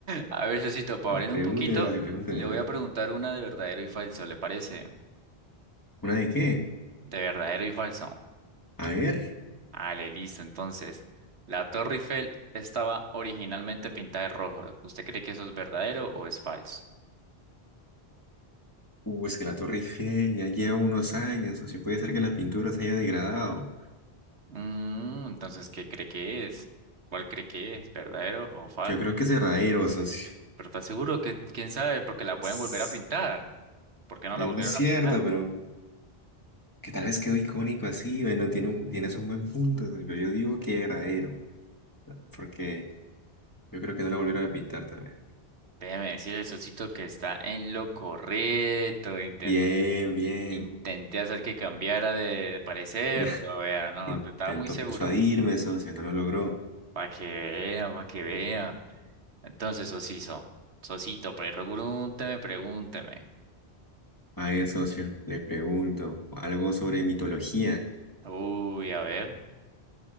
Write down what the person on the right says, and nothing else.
A ver, socito, para
variar
un poquito,
le
voy
a preguntar una de verdadero y falso, ¿le parece?
De verdadero y falso.
Vale, listo. Entonces, la Torre Eiffel estaba originalmente pintada de rojo. ¿Usted cree que eso es verdadero o es falso?
Mm, entonces, ¿qué cree que es? ¿Cuál cree que es? ¿Verdadero o falso?
Pero está seguro que, quién sabe, porque la pueden
volver a pintar. ¿Por qué no
la volvieron
a pintar?
Déjeme decirle, Sosito, que está en lo correcto. Intenté,
intenté hacer que cambiara de parecer,
pero vea, no,
te estaba muy seguro.
Para que vea, para que vea. Entonces, Sosito, Sosito, pregúnteme, pregúnteme.
Uy, a ver.